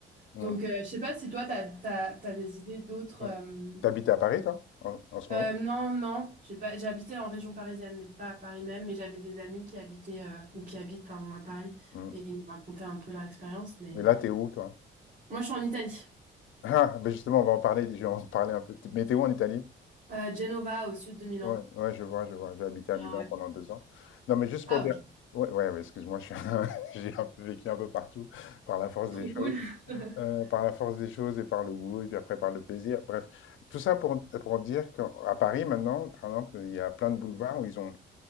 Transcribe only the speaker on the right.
Donc, euh, je sais pas si toi, t'as, t'as, t'as des idées d'autres,
hum,
euh,
non, non, j'ai pas, j'ai habité en région parisienne, mais pas à Paris même, mais j'avais des amis qui habitaient, euh, ou qui habitent, pardon, à Paris,
et ils me racontaient un peu leur expérience, mais
moi je suis en Italie,
Euh, Genova, au sud de Milan.
Ah
ouais.
Ah
ok,
trop
cool. <laughs>